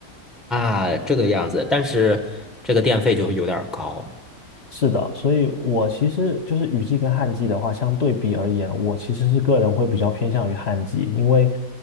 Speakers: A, in the centre; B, on the left.
A: 啊，这个样子。但是这个电费就有点儿高。
B: 是的，所以我其实就是雨季跟旱季的话，相对比而言，我其实是个人会比较偏向于旱季，因为，